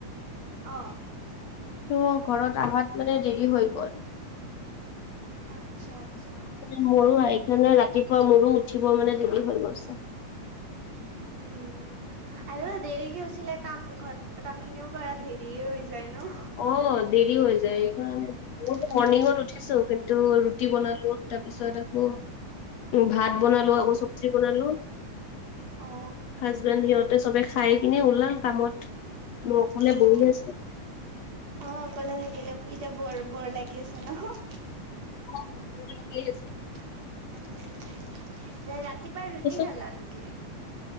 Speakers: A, on the right; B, on the left.
A: অ'।
B: ত' ঘৰত আহত মানে দেৰি হৈ গ'ল।
A: আচ্ছা, আচ্ছা।
B: মোৰো সেইকাৰণে ৰাতিপুৱা মোৰো উঠিব মানে দেৰি হৈ গৈছে।
A: উম। আৰু দেৰিকে উঠিলে কাম ঘৰৰ কামখিনিও কৰাত দেৰিয়ে হৈ যায় ন'।
B: অ', দেৰি হৈ যায়, এইকাৰণেটো ময়ো
A: উম
B: মণিংত উঠিছো কিন্তু ৰুটি বনালো তাৰপিছত আকৌ উম, ভাত বনালো আকৌ চব্জি বনালো
A: অ
B: হাজবেণ্ড সিহঁতে চবে খাই কিনে ওলাম কামত মোৰ অকলে
A: অ
B: বহি আছোঁ।
A: অ', অকলে থাকিলে এতিয়া বৰ বৰ লাগি আছে ন'?
B: অ', ব'ৰ লাগি আছ
A: উম, ৰাতি পাই
B: তাৰপিছত
A: ৰুটি খালা নেকি?